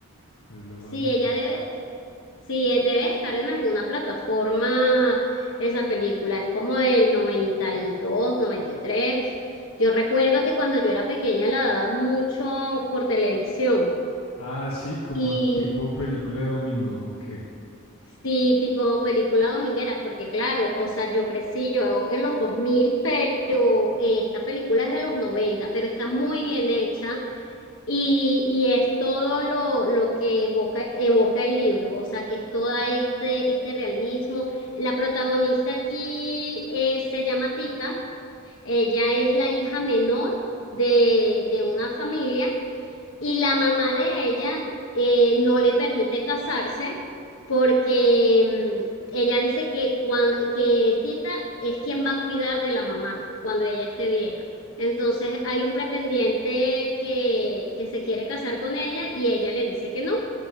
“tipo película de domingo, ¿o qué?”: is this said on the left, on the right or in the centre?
Left